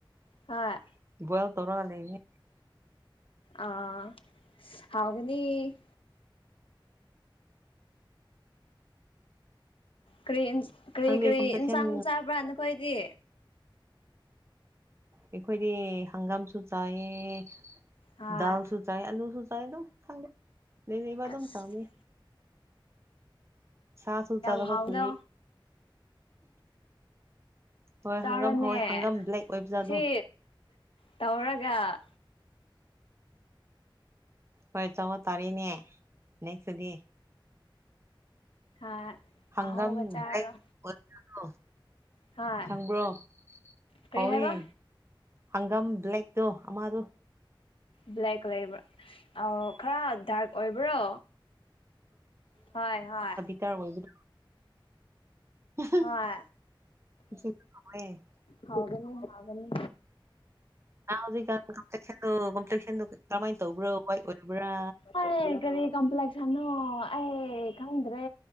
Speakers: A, on the left; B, on the right.
A: ꯍꯥ
B: ꯕꯣꯏꯜ ꯇꯧꯔ ꯂꯩꯕꯅꯦ
A: ꯑ ꯍꯥꯎꯒꯅꯤ ꯀꯔꯤ- ꯀꯔꯤ-
B: ꯈꯪꯗꯦ
A: ꯀꯔꯤ
B: ꯀꯝꯄ꯭ꯂꯦꯛꯁꯟ
A: ꯏꯟꯁꯥꯡ ꯆꯥꯕ꯭ꯔ ꯅꯈꯣꯏꯗꯤ
B: ꯑꯩꯈꯣꯏꯗꯤ ꯍꯪꯒꯥꯝꯁꯨ ꯆꯥꯏꯌꯦ
A: ꯍꯣꯏ
B: ꯗꯥꯜꯁꯨ ꯆꯥꯏ ꯑꯂꯨꯁꯨ ꯆꯥꯏ ꯑꯗꯨꯝ ꯈꯪꯗꯦ ꯂꯩ ꯂꯩꯩꯕ ꯑꯗꯨꯝ
A: ꯑꯁ
B: ꯆꯥꯝꯃꯦ ꯁꯥ ꯁꯜ ꯆꯥꯗꯕ
A: ꯌꯥꯝ ꯍꯥꯎꯅ
B: ꯀꯦ ꯍꯣꯏ
A: ꯆꯥꯔꯣꯅꯦ
B: ꯍꯪꯒꯝ ꯍꯣꯏ ꯍꯪꯒꯥꯝ ꯕ꯭ꯂꯦꯛ ꯑꯣꯏꯕꯖꯥꯗꯣ
A: ꯁꯤ ꯇꯧꯔꯒ
B: ꯍꯣꯏ ꯆꯕ ꯇꯥꯔꯦꯅꯤ ꯅꯦꯛꯁ ꯗꯗꯤ
A: ꯍꯥ
B: ꯍꯪꯒꯥꯝ
A: ꯑꯍꯥꯎꯕ
B: <unintelligible>
A: ꯆꯥꯔꯣ ꯍꯣꯏ
B: ꯈꯪꯕ꯭ꯔꯣ
A: ꯀꯔꯤ
B: ꯍꯥꯎꯋꯦ
A: ꯍꯥꯏꯕ
B: ꯍꯪꯒꯥꯝ ꯕ꯭ꯂꯦꯛꯇꯣ ꯑꯃꯗꯣ
A: ꯕ꯭ꯂꯦꯛ ꯀꯂꯩꯕ꯭ꯔ ꯑꯧ ꯈꯔ ꯗꯥꯔꯛ ꯑꯣꯏꯕ꯭ꯔꯣ ꯍꯣꯏ- ꯍꯣꯏ
B: ꯗꯥꯔꯛ ꯑꯣꯏꯕꯗꯣ <inaudible>
A: ꯍꯣꯏ ꯍꯥꯎꯒꯅꯨ ꯍꯥꯎꯒꯅꯤ
B: ꯅꯍ ꯍꯧꯖꯤꯛꯀꯥꯟ ꯀꯃꯥꯏꯅ ꯇꯧꯕ꯭ꯔꯣ ꯍꯏ ꯑꯣꯏꯕ꯭ꯔꯥ
A: ꯍ ꯀꯔꯤ ꯀꯝꯄ꯭ꯂꯦꯛꯁꯟꯅꯣ ꯑꯩ ꯈꯪꯗ꯭ꯔꯦ